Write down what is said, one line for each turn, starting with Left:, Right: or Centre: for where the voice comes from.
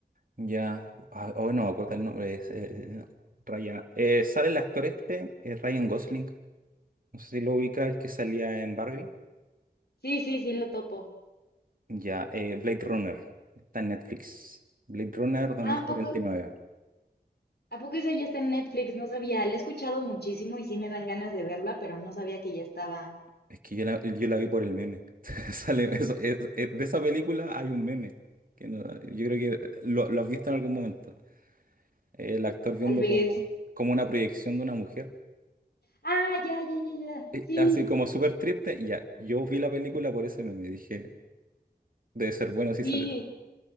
Right: Ya, ah, oh, no, acuerda el nombre. Es, eh, Ryan. eh, sale el actor este, eh, Ryan Gosling. No sé si lo ubicas, el que salía en Barbie.
Left: Sí, sí, sí, lo topo.
Right: Ya, eh, Blade Runner. Está en Netflix. Blade Runner 2049.
Left: Ah, ¿a poco, a poco esa ya está en Netflix? No sabía, la he escuchado muchísimo y sí me dan ganas de verla, pero no sabía que ya estaba.
Right: Es que yo la, yo la vi por el meme. <laughs> Sale, eso- es- es- de esa película hay un meme. Que no- yo creo que lo, lo has visto en algún momento. Eh, El actor viendo
Left: Tal vez.
Right: como, como una proyección de una mujer.
Left: Ah, ya, ya, ya, ya.
Right: Eh,
Left: Sí,
Right: Así como súper triste. y Ya, yo vi la película por ese meme. Dije, debe ser bueno si
Left: sí.
Right: sale